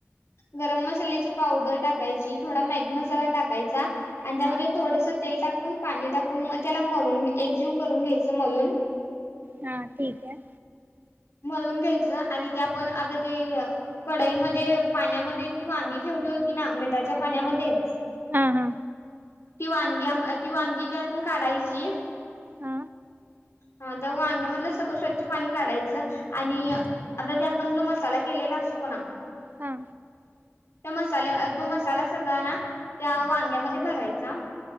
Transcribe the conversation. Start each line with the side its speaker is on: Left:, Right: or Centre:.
Left: गरम मसाल्याची पावडर टाकायची थोडा मॅगी मसाला टाका टा टाकायचा आणि
Right: हा
Left: त्यामध्ये थोडस तेल टाकून पाणी टाकून म त्याला मळून एकजीव करून घ्यायच मलून
Right: हा ठीकए.
Left: मळून घ्यायचं आणि ते आपण आता ते कढईमध्ये पाण्यामध्ये ती वांगी ठेवली होती ना मिठाच्या पाण्यामध्ये
Right: हा हा
Left: ती वांग्या, ती वांगी त्यातून काढायची.
Right: हा
Left: ह त्या वांग्यामधलं सगळं स्वच्छ पाणी काढायचं. आणि
Right: हा
Left: आता त्या पण जो मसाला केेलेला असतो ना.
Right: हा
Left: त्या मसाल्या तो मसाला सगळा ना त्या वांग्यामध्ये भरायचा.